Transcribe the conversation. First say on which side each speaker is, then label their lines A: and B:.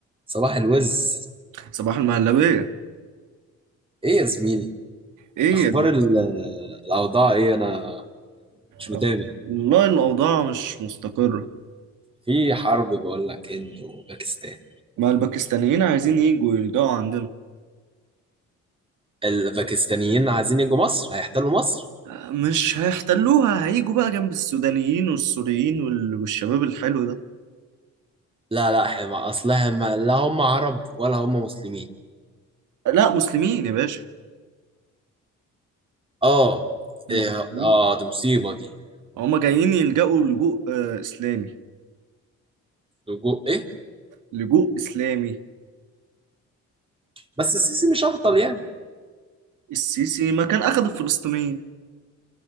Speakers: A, on the right; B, on the right.
A: صباح الوز
B: صباح المهلبية
A: ايه يا زميلي
B: ايه
A: اخبار
B: يا برنس
A: ال- الاوضاع ايه انا مش متابع
B: آه، والله الأوضاع مش مستقرة
A: في حرب بقول لك هند وباكستان
B: ما الباكستانيين عايزين يجوا يلجأوا عندنا
A: الباكستانيين عايزين يجوا مصر هيحتلوا مصر
B: آه، مش هيحتلوها هيجوا بقى جنب السودانيين والسوريين وال- والشباب الحلو ده
A: لا لا احنا ما اصلها ما لا هم عرب ولا هم مسلمين
B: آه، لا مسلمين يا باشا
A: اه
B: هم
A: إيه
B: مسلمين
A: اه دي مصيبة دي
B: هما جايين يلجأوا لجوء آه، إسلامي
A: لجوء ايه
B: لجوء إسلامي
A: بس السيسي مش هبطل يعني
B: السيسي ما كان أخد الفلسطينيين